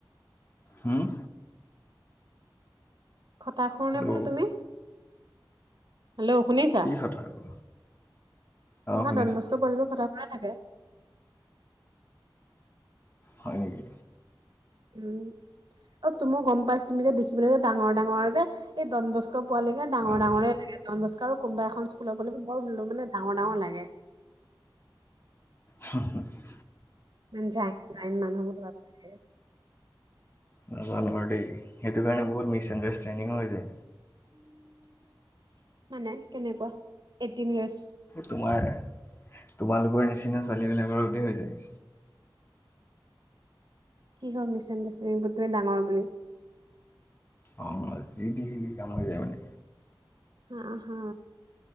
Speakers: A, on the left; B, on the right.
A: হুম।
B: খটাখূৰ
A: হেল্ল'
B: নে বোলো তুমি? হেল্ল' শুনিছা
A: কি কথা আকৌ অঁ
B: নহয়
A: শুনিছোঁ
B: ডনবস্কোৰ পোৱালি বোৰ খতাখূৰ। মানে থাকে।
A: হয় নেকি।
B: উম অ', তুমি গম পাইছা তুমি যে দেখিবলৈ যে ডাঙৰ, ডাঙৰ যে এই ড'ন বস্কো পোৱালিকে ডাঙৰ,
A: অঁ
B: ডাঙৰে লাগে ড'ন বস্কো কোনবা এখন স্কুলৰে বৰ মানে ডাঙৰ, ডাঙৰ লাগে।
A: হয় <unintelligible>
B: মান যায় যায় ন মানুহ মোৰ লগতে
A: নাজোনো আৰু দেই সেইটো কাৰণে বহুত মিছ আণ্ডাৰষ্টেণ্ডিংও হৈ যায়।
B: মানে কেনেকুৱা এইটিন ইয়াৰ্চ।
A: তোমাৰ তোমালোকৰ নিচিনা ছোৱালী বিলাকৰ সৈতে হৈ যায়।
B: কিহৰ মিচ আণ্ডাৰষ্টেণ্ডিং তুমি ডাঙৰ বুলি।
A: অ', যি টি কাম হৈ যায় মানে।
B: হ হা।